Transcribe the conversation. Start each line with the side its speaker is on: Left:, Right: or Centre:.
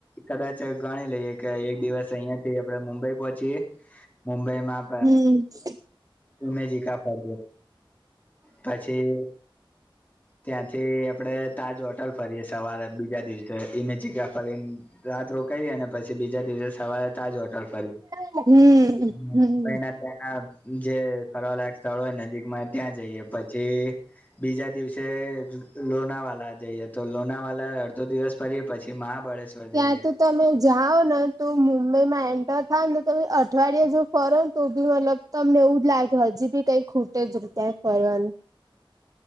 Left: કદાચ ગણી લઈએ એક દિવસ અહિયાં થી આપડે મુંબઈ પહોંચીયે મુંબઈ માં
Right: હમ <unintelligible>
Left: ઉમેજી કા ફર પછી ત્યાંથી આપડે તાજ હોટલ ફરીએ સવારે બીજા દિવસે ને જગા ફરીને રાત રોકાઈ અને પછી બીજા દિવસે સવારે તાજ તપ
Right: હમ
Left: <unintelligible>
Right: હમ
Left: ત્યાના જે ફરવાલાયક સ્થળો હોય નજીકમાં ત્યાં જઈએ પછી બીજા દિવસે લોનાવાલા જઈએ તો લોનાવાલા અડધો દિવસ પરીએ પછી મહાબળેશ્વર
Right: ત્યાં
Left: જઈએ
Right: તો <inaudible> તમે જાઓ ને તો મુંબઈ માં એન્ટર થાવ ને તમે અઠવાડિયા જો ફરો ને તો બી મતલબ તમને એવું જ લાગે કે હજી બી કઈ ખૂટે જ ત્યાં ફનું